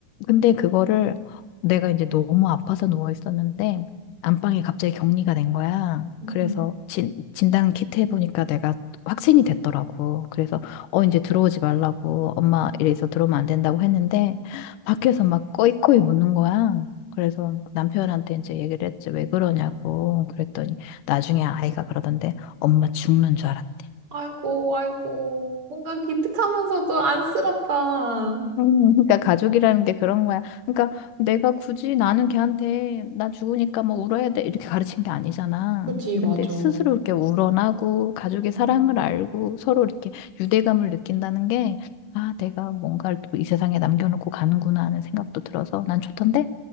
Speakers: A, on the left; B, on the right.
A: 근데 그거를 내가 이제 너무 아파서 누워 있었는데 안방에 갑자기 격리가 된 거야.
B: 응,
A: 그래서
B: 응.
A: 진, 진단 키트 해보니까 내가 확진이 됐더라고. 그래서 어 이제 들어오지 말라고 엄마 이래서 들어오면 안 된다고 했는데 밖에서 막 꺼이꺼이 우는 거야. 그래서 남편한테 이제 얘기를 했지 왜 그러냐고 그랬더니 나중에 아이가 그러던데 엄마 죽는 줄 알았대.
B: 아이고, 아이고. 뭔가 기특하면서도 안쓰럽다.
A: 음, 그러니까 가족이라는 게 그런 거야. 그러니까 내가 굳이 나는 걔한테 나 죽으니까 뭐 울어야 돼 이렇게 가르친 게 아니잖아.
B: 그치, 맞아.
A: 근데 스스로 이렇게 우러나고 가족의
B: 음,
A: 사랑을 알고 서로 이렇게 유대감을 느낀다는 게 아, 내가 뭔가를 또 이 세상에 남겨놓고 가는구나 하는 생각도 들어서 난 좋던데?